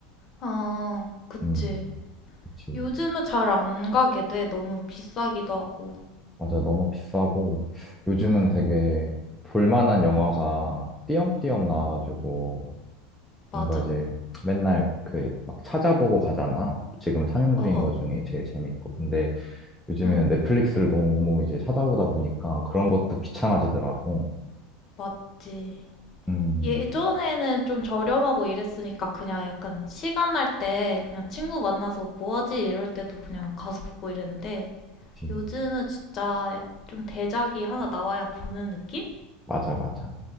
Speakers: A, on the left; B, in the centre.
A: 아, 그치.
B: 음, 그치.
A: 요즘은 잘 안 가게 돼. 너무 비싸기도 하고.
B: 맞아. 너무 비싸고, 요즘은
A: 응,
B: 되게 볼만한 영화가 띄엄띄엄 나와가지고,
A: 맞아.
B: 뭔가 이제 맨날 그 막 찾아보고 가잖아. 지금 상영
A: 어어,
B: 중인 것 중에 제일 재밌고. 근데 요즘에는
A: 응,
B: 넷플릭스를 너무 이제 찾아보다 보니까 그런 것도 귀찮아지더라고.
A: 맞지.
B: 음,
A: 예전에는 좀 저렴하고 이랬으니까 그냥 약간 시간 날 때 그냥 친구 만나서 뭐 하지 이럴 때도 그냥 가서 보고 이랬는데
B: 그치.
A: 요즘은 진짜 좀 대작이 하나 나와야 보는 느낌?
B: 맞아, 맞아.